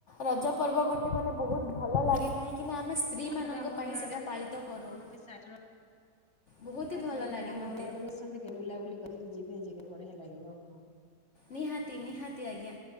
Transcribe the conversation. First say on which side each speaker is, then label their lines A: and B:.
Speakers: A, on the left; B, on the left.
A: ରଜ ପର୍ବ ଗୋଟେ ମାନେ ବହୁତ୍ ଭଲ ଲାଗେ। କାହିଁକି ନା ଆମେ ସ୍ତ୍ରୀ
B: ଆମ
A: ମାନଙ୍କ ପାଇଁ
B: ଘର
A: ସେଇଟା
B: ଆଡେ
A: ପାଳିତ କରୁ।
B: <unintelligible>
A: ବହୁତ
B: ପାଖାପାଖି
A: ହି ଭଲ ଲାଗେ
B: ତ ଆମ
A: ମୋତେ
B: ଘର ଆଡେ କୁ ଆସନ୍ତି କେବେ ବୁଲାବୁଲି କରିକି ଯିବେ ଯେ ବଢିଆ ଲାଗିବ ଆପଣଙ୍କୁ।
A: ନିହାତି-ନିହାତି ଆଜ୍ଞା,